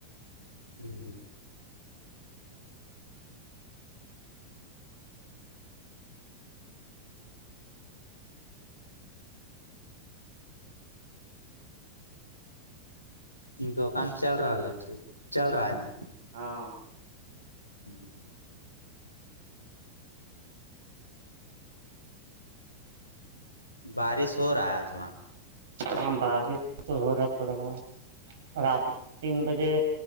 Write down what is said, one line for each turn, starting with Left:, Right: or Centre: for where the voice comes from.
Left: ہوں دکان چل رہا ہے ٹھیک چل رہا ہے نا
Right: ہاں
Left: جوں بارش ہو رہا آج وہاں
Right: ہاں بار تو ہو رہا ہے تھوڑا بہت رات تین بجے